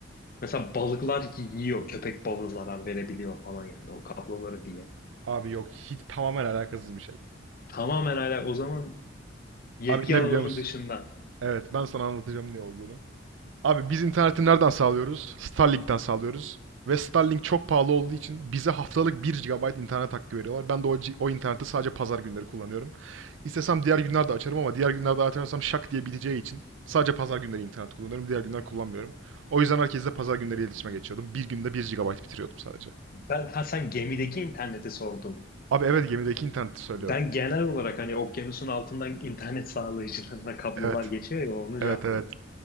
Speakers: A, on the left; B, on the right.
A: mesela balıklar yiyor. Köpek balığı zarar verebiliyor falan yani o kabloları diye.
B: Abi yok. Hiç tamamen alakasız bir şey.
A: Tamamen hala o zaman yetki
B: Abi ne
A: alanımın
B: biliyor musun?
A: dışında.
B: Evet, ben sana anlatacağım ne olduğunu. Abi biz interneti nereden sağlıyoruz? Starlink'ten sağlıyoruz. Ve Starlink çok pahalı olduğu için bize haftalık bir gigabayt internet hakkı veriyorlar. Ben de o, ci- o interneti sadece pazar günleri kullanıyorum. İstesem diğer günlerde açarım ama diğer günlerde açarsam şak diye biteceği için sadece pazar günleri internet kullanıyorum. Diğer günler kullanmıyorum. O yüzden herkesle pazar günleri iletişime geçiyordum. Bir günde bir gigabayt bitiriyordum sadece.
A: Ben ha sen gemideki interneti sordun.
B: Abi evet gemideki interneti söylüyorum.
A: Ben genel olarak hani okyanusun altından internet sağlayıcılarına kablolar
B: Evet.
A: geçiyor ya onu
B: Evet
A: cevapladım.
B: evet.